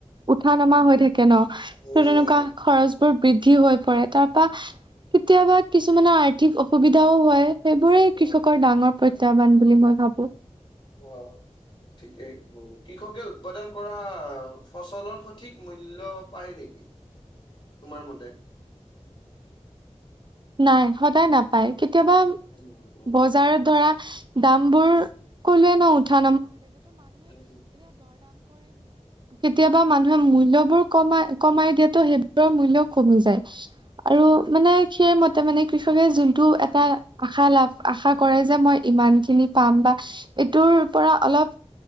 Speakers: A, on the right (about 40°); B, on the left (about 40°).
A: উঠা নমা হৈ থাকে ন তৌ
B: উম
A: তেনেকুৱা খৰছ, বৃদ্ধি হৈ পৰে। তাৰ পৰা কেতিয়াবা কিছুমানে আৰ্থিক অসুবিধাও হয়। সেইবোৰেই
B: উম
A: কৃষকৰ ডাঙৰ প্ৰত্যাহ্বান বুলি মই ভাবো।
B: উ। ঠিকেই কৃষকে উৎপাদন কৰা ফচলৰ সঠিক মূল্য পায় নেকি? কি তোমাৰ মতে?
A: নাই সদায় নাপায়, কেতিয়াবা
B: উম উম
A: বজাৰত ধৰা দাম বোৰ কলোৱে ন উঠা
B: উম
A: কেতিয়াবা মানুহে মূল্য বোৰ কমাই কমাই দিয়াতো সেইবোৰৰ মূল্য কমি যায়। আৰু
B: উম
A: মানে মতে মানে কৃষকে যোনটো এটা আশা লাভ আশা কৰে যে মই ইমান খিনি পাম বা এইটোৰ পৰা অলপ